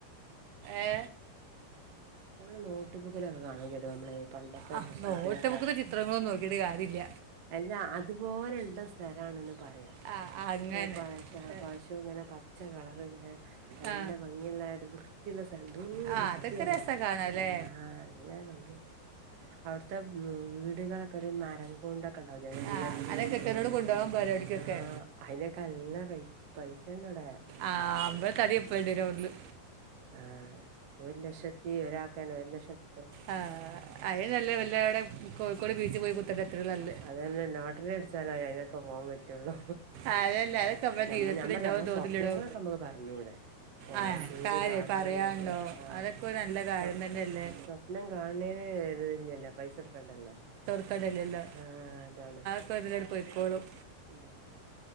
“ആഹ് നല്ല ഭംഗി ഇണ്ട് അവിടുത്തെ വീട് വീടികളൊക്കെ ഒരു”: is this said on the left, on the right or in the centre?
Right